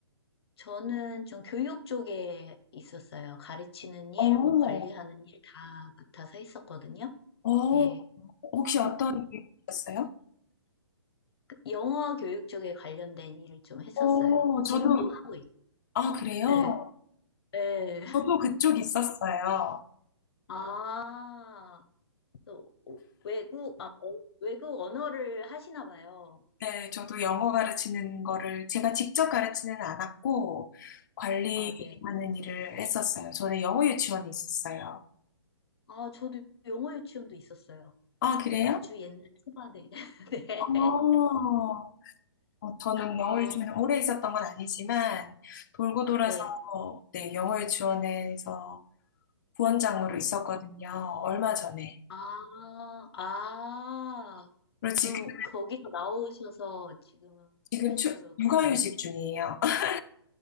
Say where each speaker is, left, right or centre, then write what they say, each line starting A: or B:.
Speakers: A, on the left; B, on the left.
A: 저는 좀 교육 쪽에 있었어요. 가르치는 일,
B: 어,
A: 뭐 관리하는 일 다 맡아서 했었거든요.
B: 어,
A: 예.
B: 혹시 어떤 일이셨어요?
A: 그 영어 교육 쪽에 관련된 일을 좀 했었어요.
B: 어,
A: 지금도
B: 저도,
A: 하고 있고,
B: 아, 그래요?
A: 예, 예.
B: 저도 그쪽 있었어요.
A: 아, 또 어, 외국 아, 어, 외국 언어를 하시나 봐요.
B: 네, 저도 영어 가르치는 거를 제가 직접 가르치는 않았고, 관리하는
A: 아, 네.
B: 일을 했었어요. 저는 영어 유치원에 있었어요.
A: 아, 저도 영어 유치원도 있었어요.
B: 아, 그래요?
A: 아주 옛날 초반에. <laughs>
B: 어,
A: 네.
B: 어, 저는
A: 어,
B: 영어 유치원에 오래 있었던 건 아니지만, 돌고 돌아서,
A: 네.
B: 네, 영어 유치원에서 부원장으로 있었거든요. 얼마 전에.
A: 아, 아.
B: 그리고 지금,
A: 그럼 거기서 나오셔서 지금은 프리랜서로
B: 지금 추,
A: 가르치고.
B: 육아휴직 중이에요. <laughs>